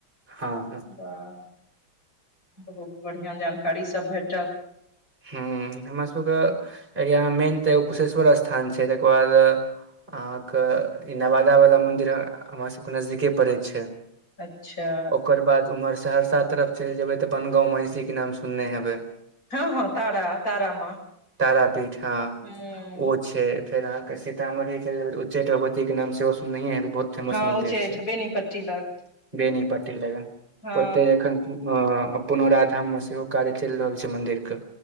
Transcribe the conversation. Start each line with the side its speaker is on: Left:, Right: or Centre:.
Right: हँ हँ
Left: बाह बहुत बढ़िआँ जानकारी सब भेटल
Right: ह हमरासके एरियामे मेन तऽ एगो कुशेश्वर स्थान छै तैकर बाद अहाँक ई नवादावला मन्दिर हमरा सबके नजदीके पड़ै छै
Left: अच्छा
Right: ओकर बाद उम्हर सहरसा तरफ चैल जेबै तऽ अपन गाँव मे सीके नाम सुनने हेबै
Left: हँ हँ तारा तारा माँ
Right: तारा पीठ हा
Left: हूँ
Right: ओ छै फेर अहाँके सीतामढ़ी चल जेबै उच्चैठ भगवती के नाम से सुनैये हेबै बहुत फेमस
Left: हँ
Right: मन्दिर
Left: उच्चैठ
Right: छै
Left: बेनीपट्टी लग
Right: बेनी पट्टी लगन
Left: हँ
Right: ओते अखन अ पुनराधाम मे सेहो कार्य चलि रहल छै मंदिर के